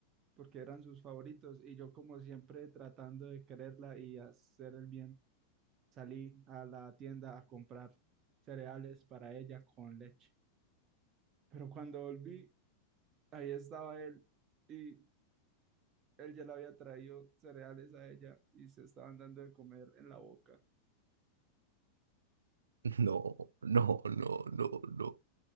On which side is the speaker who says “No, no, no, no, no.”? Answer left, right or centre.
Right